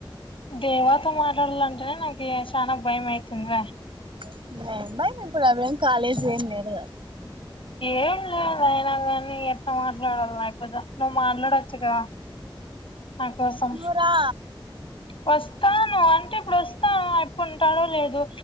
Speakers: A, on the left; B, on the right.
A: దేవా తో మాట్లాడాలంటేనే నాకి చనా భయం అయితంద
B: <unintelligible> ఇప్పుడువేం కాలేజ్ ఏం లేదు కదా
A: ఏం లేదు అయినా కానీ ఎట్లా మాట్లాడాలి ఐప్పతో నువ్వు మాట్లాడొచ్చు కదా నాకోసం
B: నువ్వు రా
A: వస్తాను అంటే ఇప్పుడు వస్తాను ఆయప్పుంటాడో లేదో